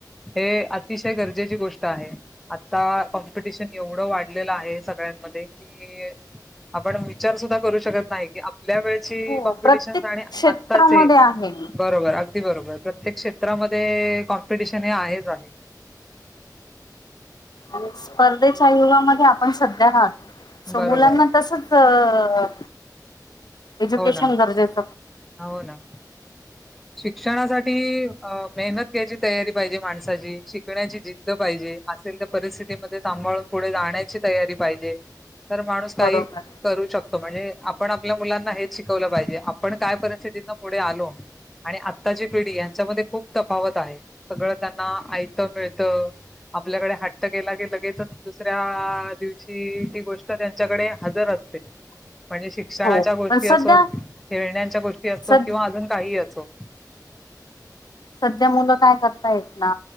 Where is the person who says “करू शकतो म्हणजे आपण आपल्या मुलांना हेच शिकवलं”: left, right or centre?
Centre